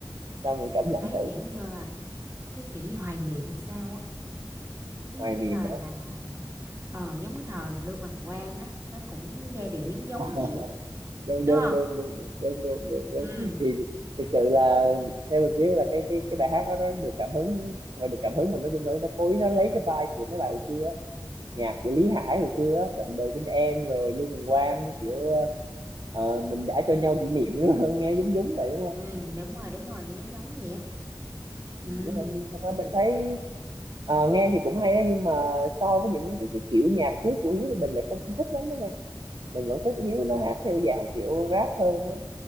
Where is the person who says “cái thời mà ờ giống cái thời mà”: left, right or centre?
Right